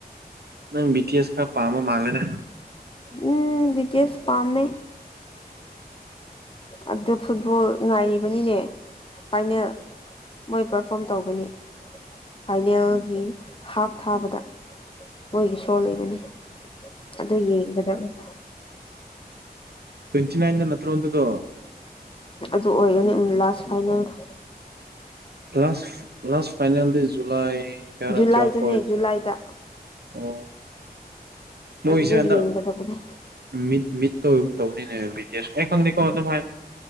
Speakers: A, on the right (about 80°); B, on the left (about 35°).
A: ꯅꯪ ꯕꯤ ꯇꯤ ꯑꯦꯁ ꯈꯔ ꯄꯥꯝꯕ ꯃꯥꯜꯂꯦꯗ
B: ꯎꯝ ꯕꯤ ꯇꯤ ꯑꯦꯁ ꯄꯥꯝꯃꯦ ꯑꯗꯨ ꯐꯨꯠꯕꯣꯜ ꯉꯥꯏꯔꯤꯕꯅꯤꯅꯦ ꯐꯥꯏꯅꯦꯜ ꯃꯣꯏ ꯄꯔꯐꯣꯝ ꯇꯧꯒꯅꯤ ꯐꯥꯏꯅꯦꯜꯒꯤ ꯍꯥꯐ ꯊꯥꯕꯗ ꯃꯣꯏꯒꯤ ꯁꯣ ꯂꯩꯕꯅꯦ ꯑꯗꯨ ꯌꯦꯡꯒꯗꯕꯅꯦ
A: ꯇꯋꯦꯟꯇꯤ ꯅꯥꯏꯟꯗ ꯅꯠꯇ꯭ꯔꯣ ꯑꯗꯨꯗꯣ
B: ꯑꯗꯨ ꯑꯣꯏꯒꯅꯤ ꯎꯝ ꯂꯥꯁ ꯐꯥꯏꯅꯦꯜꯗꯣ
A: ꯂꯥꯁ ꯂꯥꯁ ꯐꯥꯏꯅꯦꯜꯗꯤ ꯖꯨꯂꯥꯏ ꯀꯌꯥꯔ
B: ꯖꯨꯂꯥꯏꯗꯅꯦ
A: ꯇꯨꯋꯦꯂꯐ ꯑꯣꯏꯕꯅꯦ
B: ꯖꯨꯂꯥꯏꯗ
A: ꯑꯣ ꯃꯣꯏꯁꯦ
B: ꯑꯗꯨꯗ
A: ꯍꯟꯗꯛ
B: ꯌꯦꯡꯒꯗꯕꯅꯦ
A: ꯃꯤꯠ ꯃꯤꯠꯇꯣ ꯑꯗꯨꯝ ꯇꯧꯅꯤꯅꯦ ꯕꯤ ꯇꯤ ꯑꯦꯁ ꯑꯩ ꯈꯪꯗꯦꯀꯣ ꯑꯗꯨꯝ ꯍꯥꯏ